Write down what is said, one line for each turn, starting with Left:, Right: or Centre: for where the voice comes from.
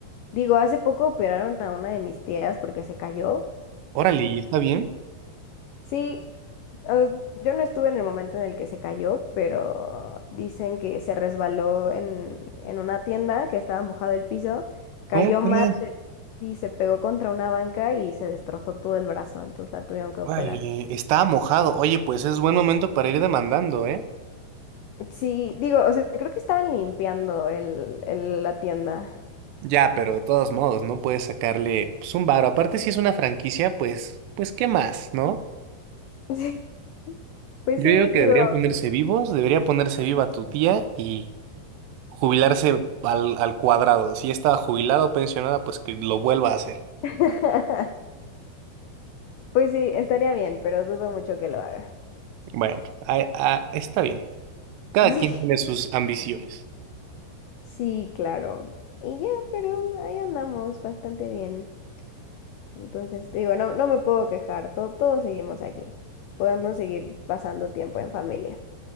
Left: Digo, hace poco operaron a una de mis tías porque se cayó,
Right: Órale, ¿y está bien?
Left: Sí, eh, yo no estuve en el momento en el que se cayó, pero dicen que se resbaló en, en una tienda que estaba mojado el piso, cayó
Right: ¿Cómo crees?
Left: más y se pegó contra una banca y se destrozó todo el brazo, entonces la tuvieron que operar.
Right: Órale, está mojado. Oye, pues es buen momento para ir demandando, ¿eh?
Left: Sí, digo, o sea, creo que estaban limpiando el, el- la tienda. <laughs>
Right: Ya, pero de todos modos, ¿no? Puedes sacarle pues, un varo. Aparte, si es una franquicia, pues, pues, ¿qué más, no?
Left: Sí, pues
Right: Yo
Left: sí,
Right: digo que
Left: digo,
Right: deberían ponerse vivos, debería ponerse viva tu tía y jubilarse al, al cuadrado. Si ya estaba jubilada o pensionada, pues que lo vuelva a hacer.
Left: <laughs> pues sí, estaría bien, pero dudo mucho que lo haga.
Right: Bueno, ah, ah, está bien. Cada
Left: <laughs> Sí,
Right: quien tiene sus ambiciones.
Left: sí, claro. Y ya, pero ahí andamos bastante bien. Entonces, te digo, no, no me puedo quejar, todo, todos seguimos aquí. Podemos seguir pasando tiempo en familia.